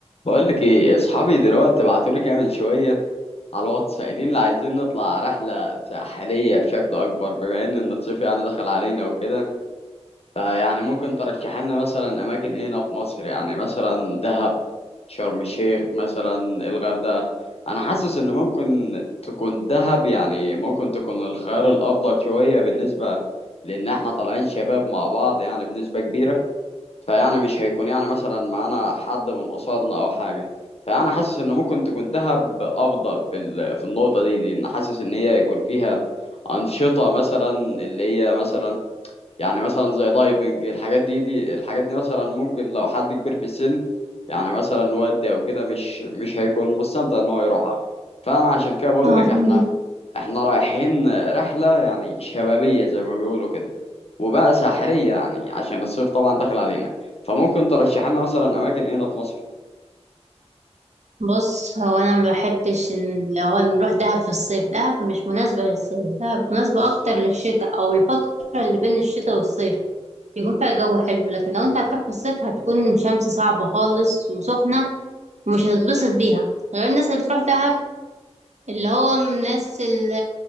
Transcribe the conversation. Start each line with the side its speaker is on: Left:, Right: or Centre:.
Left: بقول لك ايه اصحابي دلوقتي بعتولي كده من شويه على الواتس قايلين لي عايزين نطلع رحله ساحليه بشكل اكبر بما ان الصيف يعني دخل علينا وكده فيعني ممكن ترشح لنا مثلا اماكن ايه هنا في مصر يعني مثلا دهب شرم الشيخ مثلا الغردقه انا حاسس ان ممكن تكون دهب يعني ممكن تكون الخيار الافضل شويه بالنسبه لان احنا طالعين شباب مع بعض يعني بنسبه كبيره فيعني مش هيكون يعني مثلا معانا حد من قصارنا او حاجه فانا حاسس ان ممكن تكون دهب افضل في ال- في النقطه دي دي ان حاسس ان هي يكون فيها انشطه مثلا اللي هي مثلا يعني مثلا زي دايفنج الحاجات دي دي الحاجات دي مثلا ممكن لو حد كبير في السن يعني مثلا والدي او كده مش مش هيكون مستمتع ان هو يروحها فانا عشان كده بقول
Right: اه
Left: لك
Right: فهمت.
Left: احنا احنا رايحين رحلة يعني شبابية زي ما بيقولوا كده وبقى ساحرية يعني عشان الصيف طبعا داخل علينا فممكن ترشح لنا مثلا أماكن هنا في مصر
Right: بص هو انا ما بحبش ان لو نروح دهب في الصيف دهب مش مناسبه للصيف دهب مناسبه اكتر للشتاء او الفتره اللي بين الشتاء والصيف يكون فيها جو حلو لكن لو انت هتروح في الصيف هتكون شمس صعبه خالص وسخنه ومش هتتبسط بيها غير الناس اللي بتروح دهب اللي هو من الناس اللي